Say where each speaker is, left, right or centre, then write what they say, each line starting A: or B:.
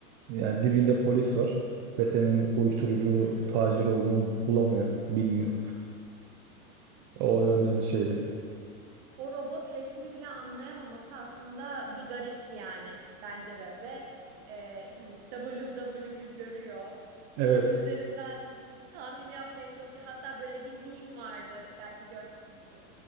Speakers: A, on the right; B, on the right.
A: yani dibinde polis var ve senin uyuşturucu
B: Hmm.
A: tacir olduğunu bulamıyor, bilmiyor.
B: Hı hı.
A: O yönden şeydi.
B: o robot resmi bile anlayamaması aslında bir garipti yani bence de ve e, hani WW'yu görüyor.
A: Evet,
B: Onun üzerinden tahmin yapmaya çalışıyor. Hatta böyle bir meme vardı belki görmüşsünüzdür.